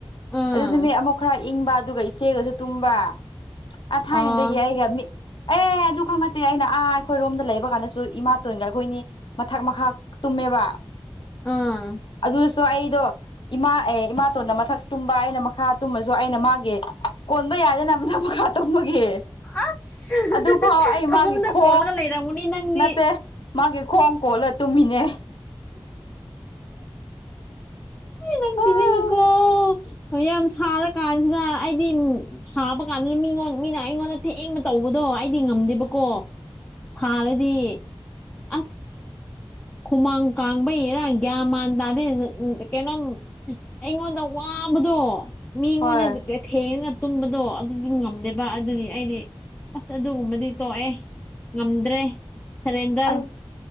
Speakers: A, on the left; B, on the left.
A: ꯑꯥ
B: ꯑꯗꯨ ꯅꯨꯃꯤꯠ ꯑꯃꯨꯛ ꯈꯔ ꯏꯪꯕꯥ ꯑꯗꯨꯒ ꯏꯆꯦꯒꯁꯨ ꯇꯨꯝꯕꯥ꯫ ꯑ ꯊꯥꯏꯅꯗꯒꯤ
A: ꯑꯥ
B: ꯑꯩꯒ ꯃꯤꯠ ꯑꯦ ꯑꯗꯨ ꯈꯪ ꯅꯠꯇꯦ ꯑꯩꯅ ꯑꯥ ꯑꯩꯈꯣꯏꯔꯣꯝꯗ ꯂꯩꯕ ꯀꯥꯟꯗꯁꯨ ꯏꯃꯥꯇꯣꯟꯒ ꯑꯩꯈꯣꯏꯅꯤ ꯃꯊꯛ ꯃꯈꯥ ꯇꯨꯝꯃꯦꯕ
A: ꯑꯥ
B: ꯑꯗꯨꯁꯨ ꯑꯩꯗꯣ ꯏꯃꯥ ꯑꯦ ꯏꯃꯥꯇꯣꯟꯅ ꯃꯊꯛ ꯇꯨꯝꯕ ꯑꯩꯅ ꯃꯈꯥ ꯇꯨꯝꯃꯁꯨ ꯑꯩꯅ ꯃꯥꯒꯤ ꯀꯣꯟꯕ ꯌꯥꯗꯦꯅ ꯃꯊꯛ ꯃꯈꯥ ꯇꯨꯝꯕꯒꯤ
A: ꯑꯁ
B: ꯑꯗꯨꯐꯥꯎ ꯑꯩ
A: ꯐꯃꯨꯡꯗ
B: ꯃꯥꯒꯤ ꯈꯣꯡ
A: ꯀꯣꯜꯂꯒ ꯂꯩꯔꯝꯒꯅꯤ ꯅꯪꯗꯤ
B: ꯅꯠꯇꯦ ꯃꯥꯒꯤ ꯈꯣꯡ ꯀꯣꯜꯂ ꯇꯨꯝꯃꯤꯅꯦ꯫
A: ꯅꯪ
B: ꯑꯥ
A: ꯆꯤꯗꯤꯕꯀꯣ꯫ ꯈꯔ ꯌꯥꯝ ꯁꯥꯔ ꯀꯥꯟꯗꯥ ꯑꯩꯗꯤ ꯁꯥꯕ ꯀꯥꯟꯗꯥ ꯃꯤꯉꫭꯟ ꯃꯤꯅ ꯑꯩꯉꯣꯟꯗ ꯊꯦꯡꯕ ꯇꯧꯕꯗꯣ ꯑꯩꯗꯤ ꯉꯝꯗꯦꯕꯀꯣ ꯁꯥꯔꯗꯤ ꯑꯁ ꯍꯨꯃꯥꯡ ꯀꯥꯡꯕꯩꯔ ꯒꯤꯌꯥꯟ ꯃꯥꯟ ꯇꯥꯗꯦ ꯀꯩꯅꯣꯝ ꯑꯩꯉꯣꯟꯗ ꯋꯥꯕꯗꯣ ꯃꯤꯉꯣꯟꯗꯗꯤꯑꯦ
B: ꯍꯣꯏ
A: ꯊꯦꯡꯉꯥ ꯇꯨꯝꯕꯗꯣ ꯑꯗꯨꯗꯤ ꯉꯝꯗꯦꯕ ꯑꯗꯨꯗꯤ ꯑꯩꯗꯤ ꯑꯁ ꯑꯗꯨꯒꯨꯝꯕꯗꯤ ꯇꯣꯛꯑꯦ ꯉꯝꯗ꯭ꯔꯦ ꯁꯔꯦꯟꯗꯔ
B: ꯑꯗꯨ